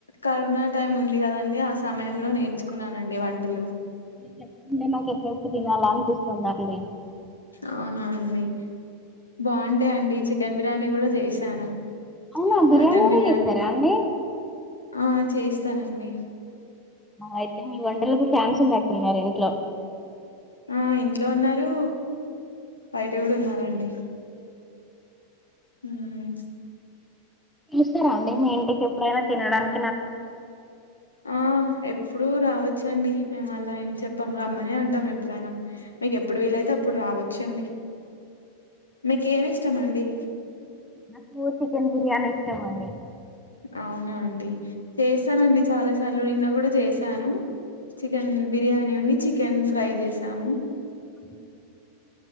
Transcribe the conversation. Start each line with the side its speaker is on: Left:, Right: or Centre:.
Left: కరోనా టైం ఉంది కదండి అస సమయంలో నేర్చుకున్నానండి వంటలు.
Centre: చెపుతుంటే నాకు ఎప్పు ఎప్పుడు తినాల అనిపిస్తుందండి.
Left: అవునా అండి బావుంటాయండి చికెన్ బిర్యానీ కూడా చేసాను.
Centre: అవునా
Left: మటన్
Centre: కూడా
Left: బిర్యానీ
Centre: చేస్తారా అండి
Left: ఆ చేస్తానండి.
Centre: మహ అయితే మీ వంటలకు ఫ్యాన్స్ ఉన్నట్టున్నారు ఇంట్లో.
Left: ఆ ఇంట్లో ఉన్నారు బయట కూడా ఉన్నారండి. ఉమ్
Centre: పిలుస్తరా అండి మీ ఇంటికి ఎప్పుడైనా తినడాని
Left: ఆ ఏ ఇప్పుడు రావచ్చండి. మేము అలా ఏం చెప్పాం రమ్మనే అంటాం ఎప్పుడైనా మీకు ఎప్పుడు వీలైతే అప్పుడు రా రావచ్చండి మీకేమి ఇష్టమండి?
Centre: నాకు చికెన్ బిర్యానీ ఇష్టమండి.
Left: అవునా అండి చేసనండి చాలాసా అసలు నిన్న కూడా చేసాను. చికెన్ బిర్యానీ, ఉన్ని చికెన్ ఫ్రై చేశాను.
Centre: అహ